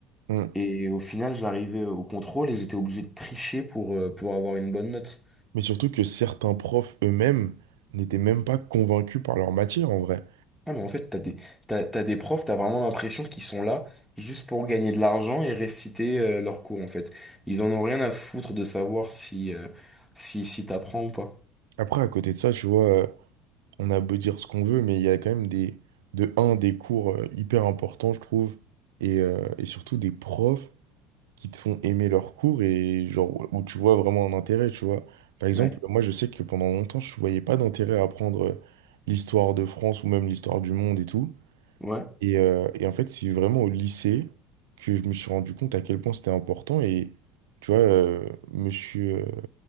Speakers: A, on the right; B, in the centre.
A: Mm.
B: Et au final, j'arrivais au contrôle et j'étais obligé de tricher pour, euh, pour avoir une bonne note.
A: Mais surtout que certains profs eux-mêmes n'étaient même pas convaincus par leur matière, en vrai.
B: Ah, mais en fait, t'as des, t'as, t'as des profs, t'as vraiment l'impression qu'ils sont là juste pour gagner de l'argent et réciter euh, leurs cours, en fait. Ils en ont rien à foutre de savoir si, euh, si, si t'apprends ou pas.
A: Après, à côté de ça, tu vois, euh, on a beau dire ce qu'on veut, mais il y a quand même des, de un, des cours euh, hyper importants, je trouve, et, euh, et surtout des profs qui te font aimer leur cours et genre où où tu vois vraiment un intérêt, tu vois. Par exemple,
B: Ouais,
A: moi je sais que pendant longtemps, je voyais pas d'intérêt à apprendre euh, l'histoire de France ou même l'histoire du monde et tout.
B: ouais,
A: Et, euh, et en fait, c'est vraiment au lycée que je me suis rendu compte à quel point c'était important. Et tu vois, euh, monsieur, euh,